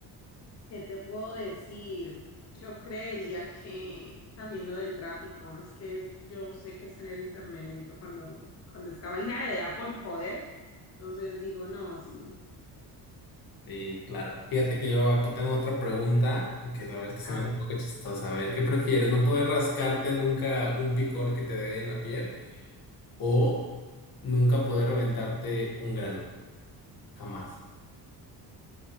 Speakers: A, on the left; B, on the left.
A: ¿Qué te puedo decir? Yo creería que también lo del tráfico, es que yo sé que es tener internet lento cuando, cuando esta vaina de da por joder. Entonces digo, no, sí.
B: Sí, claro. Fíjate que yo aquí tengo otra pregunta que la verdad es que se
A: A
B: me hace
A: ver.
B: un poco chistosa. A ver, ¿qué prefieres? ¿No poder rascarte nunca un picor que te dé en la piel o nunca poder reventarte un grano? Jamás.